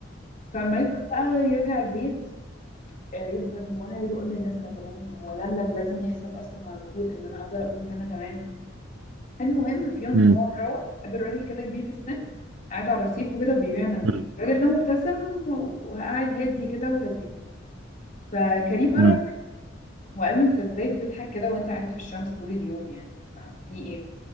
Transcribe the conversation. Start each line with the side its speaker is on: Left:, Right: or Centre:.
Left: فلما يفضل بقى يرجع البيت آه، يفضل هو انا ليه بقول للناس انا تمام هو ده اللي لازم يحصل اصلا على طول ان انا افضل اقول ان انا تمام المهم في يوم
Right: اه
Left: وهو مروح قابل راجل كده كبير في السن قاعد على الرصيف وكده وبيبيع منديل
Right: مم.
Left: الراجل ده مبتسم وقاعد هادي كده ولذيذ فكريم قرب
Right: مم.
Left: منه وقال له انت ازاي بتضحك كده وانت قاعد في الشمس طول اليوم يعني ففي ايه